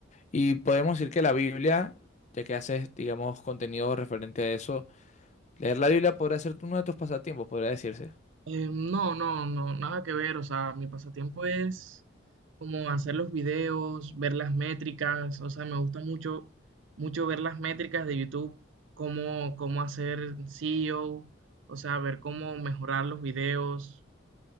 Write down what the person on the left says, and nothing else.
Y podemos decir que la Biblia, ya que haces, digamos, contenido referente a eso, leer la Biblia podría ser uno de tus pasatiempos, podría decirse.